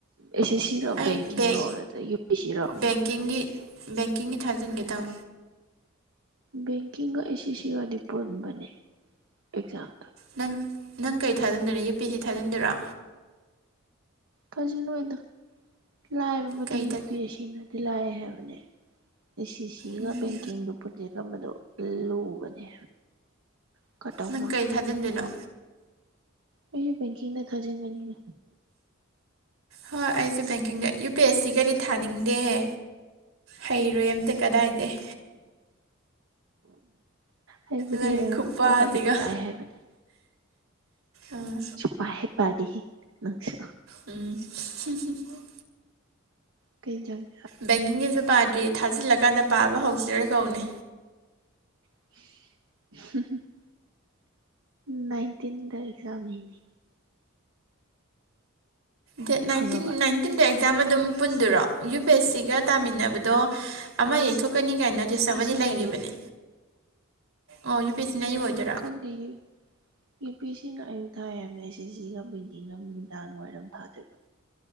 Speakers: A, on the right (about 70°); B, on the right (about 85°).
A: ꯑꯦꯁꯤꯁꯤ
B: ꯑꯩ
A: ꯕꯦꯡꯀꯤꯡ
B: ꯕꯦꯡ
A: ꯔꯣ ꯅꯠꯇ꯭ꯔ ꯌꯨ ꯑꯦ ꯁꯤ ꯔꯣ
B: ꯕꯦꯡꯀꯤꯡꯒꯤ ꯕꯦꯡꯀꯤꯡꯒꯤ ꯊꯥꯖꯟꯒꯦ ꯇꯧ
A: ꯕꯦꯡꯀꯤꯡꯒ ꯑꯦꯁꯤ ꯑꯗꯤ ꯄꯨꯔꯕ ꯑꯦꯛꯖꯥꯝ
B: ꯅꯪ ꯅꯪ ꯀꯩ ꯊꯥꯖꯤꯟꯗꯣꯏꯔꯦ ꯌꯨ ꯄꯤ ꯁꯤ ꯊꯥꯖꯤꯟꯗꯣꯏꯔꯣ
A: ꯐꯖꯅꯣꯏꯗ ꯂꯥꯏꯕꯕꯨꯗꯤ
B: ꯀꯩꯗ
A: ꯄꯔ ꯑꯁꯤꯅꯅꯤ ꯂꯥꯏꯑ ꯍꯥꯏꯕꯅꯦ ꯑꯦ ꯁꯤ ꯁꯤꯒ
B: ꯎꯝ
A: ꯕꯦꯡꯀꯤꯡꯗꯨ ꯄꯨꯟꯁꯤꯐꯝ ꯑꯗꯣ ꯂꯨꯕꯅꯦ <unintelligible>
B: ꯅꯪ ꯀꯩ ꯊꯥꯖꯤꯟꯗꯣꯏꯅꯣ
A: ꯍꯥꯏꯗꯤ ꯕꯦꯀꯤꯡꯗꯥ ꯊꯥꯒꯤꯟꯒꯅꯤ
B: ꯍꯣꯏ ꯑꯩꯁꯨ ꯕꯦꯡꯀꯤꯡꯒ ꯌꯨ ꯄꯤ ꯑꯦꯁ ꯁꯤꯒꯤꯔꯤ ꯊꯥꯅꯤꯡꯗꯦꯍꯦ ꯍꯩꯔꯣꯏ ꯑꯝꯇ ꯀꯗꯥꯏꯗ
A: ꯍꯩꯕꯨꯗꯤ
B: ꯂꯥꯏꯔꯤꯛ
A: ꯍꯩꯔꯣꯏ
B: ꯈꯨꯄꯥ
A: ꯂꯥꯏꯕꯨꯗꯤ
B: ꯑꯗꯨꯒ
A: ꯂꯥꯏ ꯍꯥꯏꯕꯅꯦ
B: ꯎꯝ
A: ꯁꯨꯡꯄꯥ ꯍꯦꯛ ꯄꯗꯦꯍꯦ ꯅꯪꯁꯨ
B: ꯎꯝ <unintelligible>
A: ꯀꯩ ꯆꯥꯡ
B: ꯕꯦꯡꯀꯤꯡꯒꯤꯁꯨ ꯄꯥꯗ꯭ꯔꯤ ꯊꯥꯖꯤꯜꯂꯀꯥꯟꯗ ꯄꯥꯕ ꯍꯧꯁꯤꯔꯥꯅꯥ ꯇꯣꯅꯤ
A: <inaudible> <unintelligible> ꯅꯥꯏꯟꯇꯤꯟꯗ ꯑꯦꯛꯖꯥꯝꯅꯤꯅꯤ
B: ꯗꯦꯠ ꯅꯥꯏꯟꯇꯤꯟ
A: ꯈꯪꯉꯕ
B: ꯅꯥꯏꯟ ꯇꯤꯟꯗ ꯑꯦꯛꯖꯥꯝ ꯑꯗꯨꯝ ꯄꯨꯟꯗꯨꯔꯣ ꯌꯨ ꯄꯤ ꯑꯦꯁ ꯁꯤꯒ ꯇꯥꯃꯤꯟꯅꯕꯗꯣ ꯑꯃ ꯌꯩꯊꯣꯛ ꯊꯣꯛꯀꯅꯤ ꯀꯥꯏ ꯅꯣꯇꯤꯁ
A: ꯌꯨ ꯄꯤ
B: ꯑꯃꯗꯤꯗꯤ
A: ꯑꯦꯁꯤꯅ
B: ꯂꯩꯒꯤꯈꯤꯕꯅꯦ
A: ꯑꯌꯨꯛ
B: ꯑꯣ ꯌꯨ ꯄꯁꯤꯅ ꯌꯨ ꯑꯣꯏꯗꯣꯏꯔꯥ
A: <unintelligible> ꯌꯨ ꯄꯤ ꯁꯤꯅ ꯑꯌꯨꯛ ꯊꯥ ꯌꯥꯝꯅ ꯑꯦꯁ ꯑꯦ ꯁꯤꯒ ꯄꯦꯟꯇꯤꯡꯒ ꯃꯤꯗꯥꯡ ꯋꯥꯏꯔꯝ ꯊꯥꯗꯣꯏꯕ